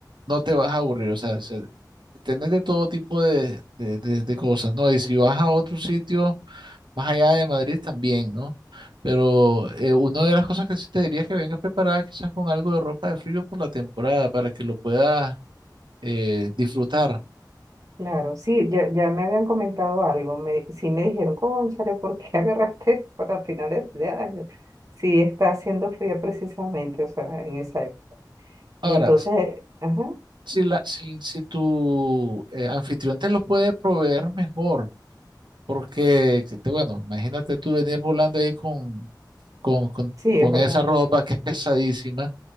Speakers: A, on the right; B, on the right.
A: no te vas a aburrir. O sea, se- tenés de todo tipo de, de- de- de cosas, ¿no? Y si vas a otro sitio más allá de Madrid también, ¿no? Pero eh, una de las cosas que sí te diría es que vengas preparada quizás con algo de ropa de frío por la temporada para que lo puedas eh, disfrutar.
B: Claro, sí, ya, ya me habían comentado algo, me, sí me dijeron, cónchale, ¿por qué <laughs> agarraste para finales de año? Sí, está haciendo frío precisamente, o sea, en esa época.
A: Ahora,
B: Entonces, ajá,
A: si, la, si, si tu eh, anfitrión te lo puede proveer mejor, porque, que te, bueno, imagínate tú venir volando ahí con, con, con-
B: sí,
A: con
B: es verdad,
A: esa ropa que es pesadísima,